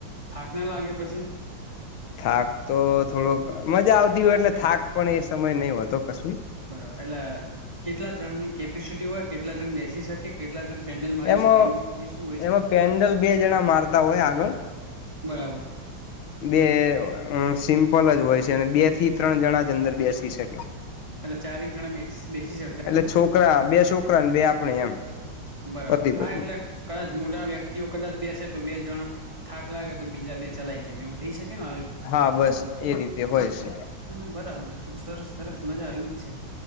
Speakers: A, on the right (about 15°); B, on the left (about 85°).
A: થાક ના લાગે પછી
B: થાક તો થોડોક મજા આવતી હોય એટલે થાક પણ એ સમય નહિ હોતો કશું.
A: બરાબર એટલે કેટલા જણની કેપેસિટી હોય કેટલા જણ બેસી શકે, કેટલા જણ પેન્ડલ મારી
B: એમાં
A: શકે એવું એ શું હોય છે
B: એમાં પેન્ડલ બે જણા મારતા હોય આગળ,
A: બરાબર
B: બે અ સિમ્પલ જ હોય છે અને બે થી ત્રણ જણા જ અંદર બેસી શકે.
A: એટલે ચારેક જણા બેસી બેસી શકતા
B: એટલે
A: છે
B: છોકરા બે છોકરા બે આપણે એમ.
A: બરાબર,
B: પતિ
A: હા
B: પત્ની
A: એટલે કદાચ મોટા વ્યક્તિઓ કદાચ બેસે તો બે જણ થાક લાગે તો બીજા બે ચલાઈ લે એવું થઈ શકે ન
B: હા, બસ એ રીતે હોય છે.
A: ના ના, બરાબર સરસ સરસ મજા આવ એવું જ છે.